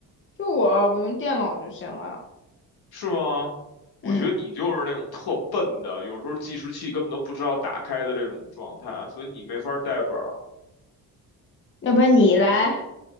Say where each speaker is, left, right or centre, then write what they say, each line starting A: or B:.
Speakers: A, on the left; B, on the left.
A: 就我，我用电脑就行了。
B: 是吗？我觉得你就是那种特笨的，
A: 嗯。
B: 有时候计时器根本都不知道打开的这种状态，所以你没法带本儿。
A: 要不然你来，